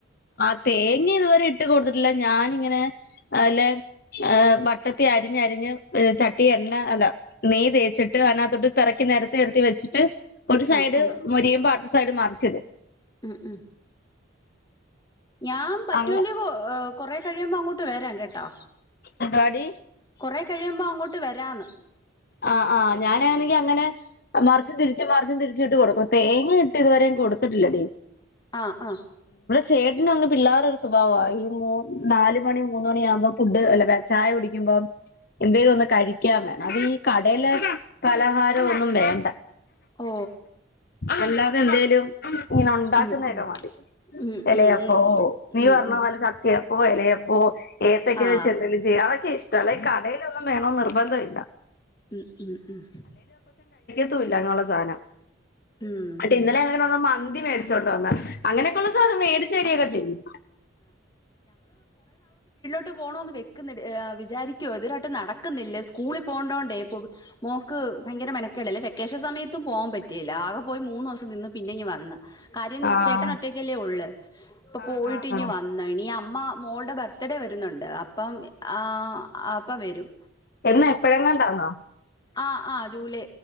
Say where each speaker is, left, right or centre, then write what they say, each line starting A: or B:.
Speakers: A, on the left (about 50°); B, on the left (about 20°).
A: ആ തേങ്ങ ഇതുവരെ ഇട്ട് കൊടുത്തിട്ടില്ല ഞാനിങ്ങനെ നല്ലെ വട്ടത്തി അരിഞ്ഞരിഞ്ഞ് ചട്ടി എണ്ണ, അതാ നെയ്യ് തേച്ചിട്ട് അതിനകത്തൊട്ട് പെറക്കി നേരത്തി നെരത്തി വെച്ചിട്ട് ഒരു സൈഡ്
B: ആ ആ
A: മൊരിയുമ്പൊ അടുത്ത സൈഡ് മറിച്ചിട്
B: ഉം ഉം ഞാൻ പറ്റുമെങ്കിൽ
A: അങ്ങ
B: കൊറെ കഴിയുമ്പോ അങ്ങോട്ട് വരാം കേട്ടോ.
A: എന്താടി
B: കൊറെ കഴിയുമ്പോ അങ്ങോട്ട് വരാന്ന്
A: ആ, ആ ഞാനാണെങ്കിൽ അങ്ങനെ മറച്ചും, തിരിച്ച്, മറിച്ചും തിരിച്ച് ഇട്ട് കൊടുക്കും, തേങ്ങ ഇട്ട് ഇതുവരെ കൊടു കൊടുത്തിട്ടില്ല
B: ആ ആ
A: ചേട്ടന് അങ്ങ് പിള്ളേരുടെ ഒരു സ്വഭാവ വാ, ഈ നാല് മണി മൂന്ന് മണി ആകുമ്പോം ഫുഡ് അല്ല ചായ കുടിക്കും എന്തേലും ഒന്ന് കഴിക്കൻ വേണം അത് ഈ കടേലെ പലഹാരം ഒന്നും വേണ്ട.
B: ഓ
A: അല്ലാതെ എന്തേലും ഇങ്ങനെ ഉണ്ടാക്കുന്ന
B: ഉം
A: കേക്കോ
B: ഉം ഉം
A: മതി അല്ലേ
B: ഉം
A: അപ്പൊ
B: ഉം
A: ഓ നീ
B: ഉം
A: പറഞ്ഞ
B: ഉം
A: പോലെ സത്യം ഓ എലയപ്പം ഓ ഏത്തൊക്കെ
B: ആ
A: വെച്ച് എന്തെലും ചെയ്യും അതൊക്കെ ഇഷ്ട അല്ല ഈ കടയിലൊന്നും വേണോ നിർബന്ധം ഇില്ല
B: ഉം ഉം ഉം
A: ത്തൂല ഞങ്ങളെ സാനം
B: ഉം
A: ഇങ്ങട്ട് ഇന്നലെ <unintelligible> മ ന്തി മേടിച്ചോണ്ട് വന്ന് അങ്ങനെക്കൊള്ള സാനം മേടച്ച് വരിയൊക്കെ ചെയ്യും
B: ട്ട് പോണോന്ന് വെക്ക്ന്ന്ണ്ട് ഏ വിചാരിക്കും ഇതുവരായിട്ട് നടക്കുന്നില്ലേ സ്കൂളി പോണ്ടോ ണ്ടെ മോക്ക് ഭയങ്കര മെനക്കേട ല്ലേ വെക്കേഷൻ സമയത്തും പോവാൻ പറ്റില്ല ആകെ പോയി മൂന്നോസം നിന്ന് പിന്നെ ങ്ങ് വന്ന് കാര്യം
A: ആഹ്
B: ചേട്ടൻ ഒറ്റക്കല്ലേ ഒള്ള് പ്പൊ
A: ആഹ്
B: പോയിട്ടിങ്ങ്
A: ആഹ് ആഹ്
B: വന്ന് ഇനി അമ്മ മോള്ടെ ബർത്ത്ഡേ വരുന്നുണ്ട് അപ്പം ആ അപ്പം വരും
A: എന്നാ എപ്പഴെങ്ങാണ്ടാന്നോ
B: ആ ആ ജൂലൈ